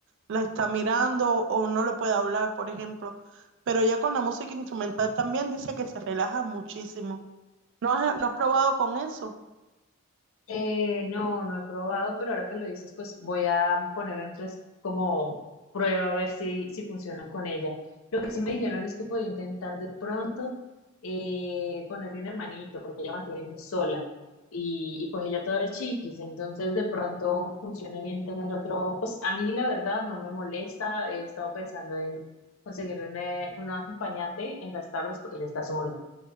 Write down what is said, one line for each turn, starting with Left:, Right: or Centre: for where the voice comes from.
Right: la está mirando o no le puede hablar, por ejemplo. Pero ya con la música instrumental también dice que se relaja muchísimo. ¿No has, no has probado con eso?
Left: Eh, no, no he probado, pero ahora que lo dices, pues voy a ponerlo en tres como prueba a ver si, si funciona con ella. Lo que sí me dijeron es que podía intentar de pronto eh, ponerle un hermanito, porque ella mantiene muy sola y, y pues ella todavía es chiquis, entonces de pronto funcione bien tener otro, pues a mí la verdad no me molesta, he estado pensando en conseguir una, una acompañante en las tardes porque ella está sola.